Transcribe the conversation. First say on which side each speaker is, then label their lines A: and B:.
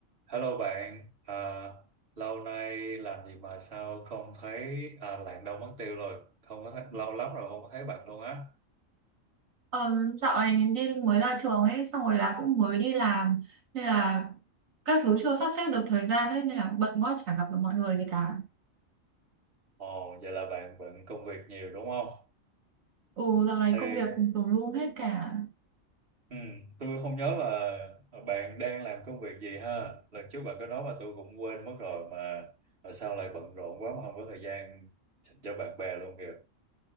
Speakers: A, on the right; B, on the right.
A: Hello bạn, à, lâu nay làm gì mà sao không thấy à, Lạng Đông mất tiêu rồi, không có thấy, Ừ. lâu lắm rồi không có thấy bạn luôn á.
B: Ờm, dạo này mình đi mới ra trường ấy xong rồi là cũng mới đi làm nên là các thứ chưa sắp xếp được thời gian ấy nên là bận quá chả gặp được mọi người gì cả.
A: Ồ, vậy là bạn bận công việc nhiều đúng không?
B: Ừ dạo này
A: Thì
B: công việc tùm lum hết cả.
A: ừ, tôi không nhớ là bạn đang làm công việc gì ha. Lần trước bạn có nói mà tôi cũng quên mất rồi mà, mà sao lại bận rộn quá mà không có thời gian dành cho bạn bè luôn kìa.